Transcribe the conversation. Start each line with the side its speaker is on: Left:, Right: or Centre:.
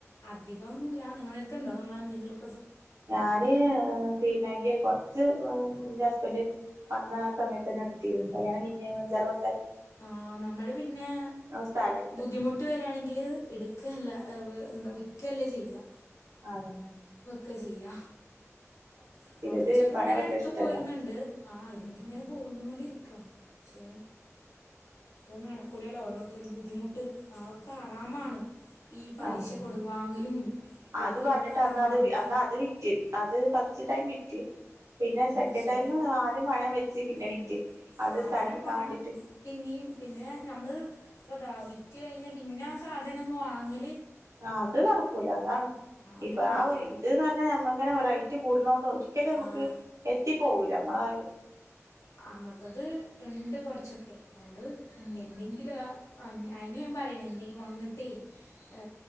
Left: അധികം ഒന്നുല്ല നിങ്ങളേ ത്ത്ണ്ടോ നിങ്ങളെന്തെങ്കിലും
Right: ഞാന് ആ പിന്നെ കൊറച്ച് മ്മ് എന്റെ ഹസ്ബൻഡ് വന്ന ആ സമയത്ത് തന്നെ എട്ത്തിരുന്നു കല്യാണം കഴിഞ്ഞ അഞ്ചാറ് മാസ
Left: ആ നമ്മള് പിന്നെ
Right: സ്ഥലം എടുത്ത്
Left: ബുദ്ധിമുട്ട് വരാണെങ്കിൽ എട് ക്കല്ല എന്താ വിക്ക്ല്ല ചെയ്യാ
Right: അതെല്ലേ
Left: ക്കെ ചെയ്യാ കൊറച്ചൊക്കെ
Right: ഇത് പണയം
Left: ഇങ്ങനെട്ത്ത്
Right: വെക്കണ ഇഷ്ടല്ല
Left: പോരുന്നുണ്ട്. ആ ഇട്ത്ത്ങ്ങനെ
Right: ഉം
Left: പൊന്നോണ്ടിരിക്ക ക്ഷേ ഇപ്പോ നടക്കുലല്ലോ ഓരോര്ത്തരു ബുദ്ധിമു അതോക്കെ ഹറാമാണ് ഈ പലിശ
Right: അതെ
Left: കൊടു വാങ്ങലും കൊടുക്കലൊക്കെ
Right: അത് പറഞ്ഞിട്ട്
Left: ഹറാമാണ്
Right: അന്ന്ത് അ അത് വിറ്റ് അത് പ <unintelligible> വിറ്റ് പിന്നെ
Left: ഉം
Right: സെക്കൻഡ്
Left: പക്ഷേ
Right: ടൈം ആദ്യം പണയം വെച്ച് പിന്നെ
Left: ഉം
Right: വിറ്റ്
Left: സാധനം
Right: അത് സ്ഥലം എടുക്കാൻ
Left: വാണം
Right: വേണ്ടിട്ട്
Left: പിന്നിം പിന്നെ നമ്മള് ഇപ്പതാ വി റ്റ് കഴിഞ്ഞാ പിന്നെ ആ സാധനൊന്ന് വാങ്ങൽ
Right: ആ അത് നടണക്കൂല അതാണ്
Left: അത്ണ്ടാവൂല
Right: ഇപ്പൊ ആ ഒരു ഇത് നമ്മ ഇങ്ങനെ റൈറ്റ് കൂട്ണോട് ഒരിക്കലും നമക്ക്
Left: ആഹ്
Right: എത്തി പോകൂല നമ്മളാത്
Left: അന്നത്തത്ണ്ട് കൊറച്ചൊക്കെ അത്
Right: ഉം
Left: എന്തെങ്കിലും ആ ആ അയിന് ഞാൻ പറായ്ണേ എന്തേം വന്ന്ട്ടേ ഏ